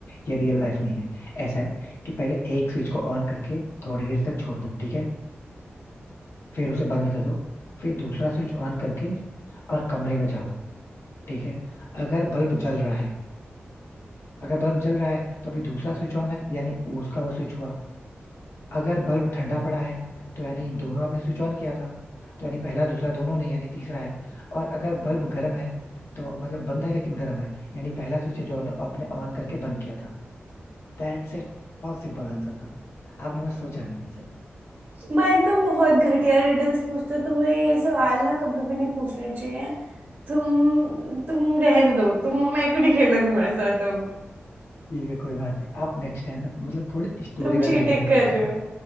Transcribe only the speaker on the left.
ये रियल लाइफ नहीं है ऐसा है कि पहले एक स्विच को ऑन करके थोड़ी देर तक छोड़ दो ठीक है फिर उसे बंद कर दो फिर दूसरा स्विच ऑन करके और कमरे में जाओ ठीक है अगर बल्ब जल रहा है अगर बल्ब जल रहा है तो अभी दूसरा स्विच ऑन है यानी वो उसका वो स्विच हुआ अगर बल्ब ठंडा पड़ा है तो यानी दोनों आपने स्विच ऑन किया था तो यानी पहला दूसरा दोनों नहीं यानी तीसरा है और अगर बल्ब गर्म है तो मतलब बंद है लेकिन गर्म है यानी पहला स्विच है जो आपने आपने ऑन करके बंद किया था That's it बहुत सिंपल आंसर था आपने बस सोचा नहीं वैसे ही.
ठीक है कोई बात नहीं आप नेक्स्ट टाइम ना मतलब थोड़ी स्टोरी
वाली
रिडल्स
लेके
आना